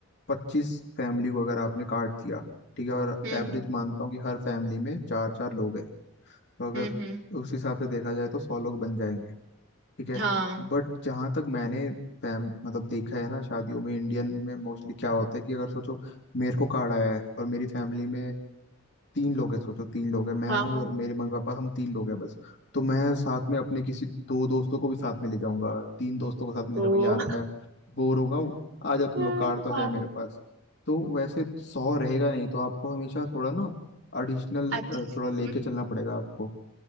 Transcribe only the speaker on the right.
हम्म
हम्म
हम्म हम्म,
हाँ
हाँ
हाँ
तो
<laughs>
हाँ
अच्छा
हम्म।